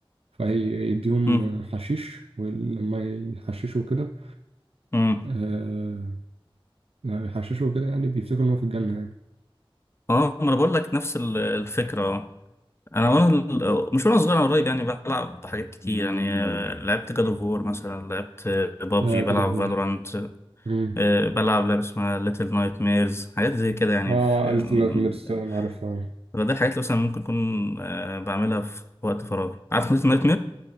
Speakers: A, on the right; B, on the left.
A: فيديهم
B: مم.
A: حشيش ولما يحششوا كده
B: مم.
A: آه لما يحششوا كده يعني بيفتكروا إن هو في الجنة يعني
B: اه ما انا بقول لك نفس ال- الفكره اه انا وانا مش وانا صغير انا قريب يعني بلعب حاجات كتير يعني آه، لعبت جاد اوف وور مثلا لعبت بابجي
A: يا
B: بلعب
A: كده بور
B: فالورانت
A: مم.
B: بلعب لعبه اسمها ليتل نايت ميرز حاجات زي كده يعني
A: اه
B: في
A: قالت
B: مم،
A: إن أنا ميرس أنا عارفها
B: فده الحاجات اللي مثلا ممكن اكون آه، بعملها في وقت فراغي عارف ليتل نايت